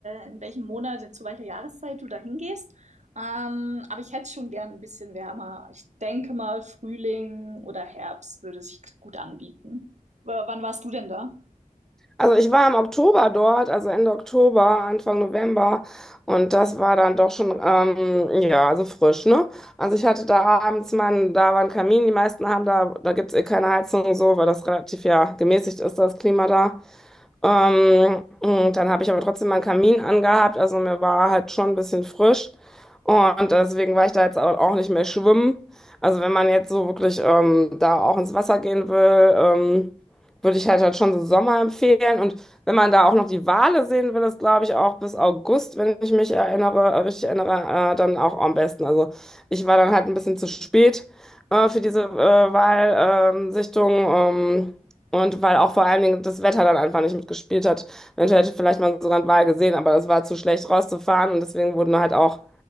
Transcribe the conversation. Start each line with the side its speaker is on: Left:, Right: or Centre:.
Right: in welchem Monat, zu welcher Jahreszeit du da hingehst. Ähm, aber ich hätte schon gern ein bisschen wärmer. Ich denke mal, Frühling oder Herbst würde sich gut anbieten. W wann warst du denn da?
Centre: Also ich war im Oktober dort, also Ende Oktober, Anfang November und das war dann doch schon, ähm, ja, also frisch, ne? Also ich hatte da abends meinen, da war ein Kamin, die meisten haben da, da gibt's eh keine Heizung und so, weil das relativ ja gemäßigt ist, das Klima da. Ähm, und dann habe ich aber trotzdem meinen Kamin angehabt, also mir war halt schon ein bisschen frisch. Und deswegen war ich da jetzt au- auch nicht mehr schwimmen. Also wenn man jetzt so wirklich ähm, da auch ins Wasser gehen will, ähm, würde ich halt, halt schon so Sommer empfehlen. Und wenn man da auch noch die Wale sehen will, ist, glaube ich, auch bis August, wenn ich mich erinnere, äh, richtig erinnere, äh, dann auch am besten. Also ich war dann halt ein bisschen zu spät äh, für diese äh, Walsichtung. Ähm, und weil auch vor allen Dingen das Wetter dann einfach nicht mitgespielt hat. Eventuell hätte ich vielleicht mal sogar einen Wal gesehen, aber das war zu schlecht rauszufahren. Und deswegen wurden halt auch